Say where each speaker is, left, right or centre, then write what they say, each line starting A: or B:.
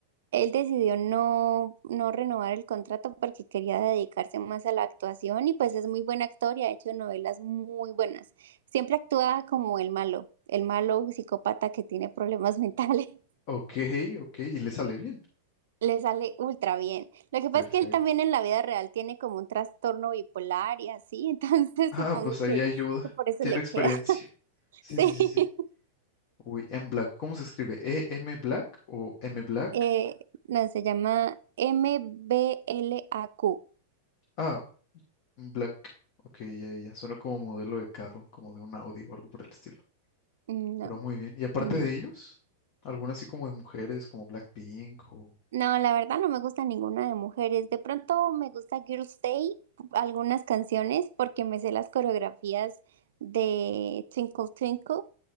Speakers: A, on the right; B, on the left.
A: él decidió no, no renovar el contrato porque quería dedicarse más a la actuación y pues es muy buen actor y ha hecho novelas muy buenas. Siempre actúa como el malo, el malo psicópata que tiene problemas mentales. <laughs>
B: Ok, ok, y le sale bien.
A: Le sale ultra bien. Lo que
B: Perfecto.
A: pasa es que él también
B: <laughs>
A: en la vida real tiene como un trastorno bipolar y así, <laughs> entonces
B: Ah,
A: supongo
B: pues ahí
A: que,
B: ayuda.
A: que por eso
B: Tiene
A: le
B: experiencia.
A: queda. <laughs>
B: Sí,
A: Sí.
B: sí, sí, sí. Uy, M Black. ¿Cómo se escribe? ¿E-M Black o M Black?
A: Eh, no, se llama m b MBLAQ.
B: ah Black. Ok, ya, ya. ya. Suena como modelo de carro, como de un Audi o algo por el estilo.
A: No,
B: Pero muy bien. Y aparte
A: en blanco.
B: de ellos, algunas así como de mujeres, como Blackpink o
A: No, la verdad no me gusta ninguna de mujeres. De pronto me gusta Girls' Day, algunas canciones, porque me sé las coreografías de Twinkle Twinkle,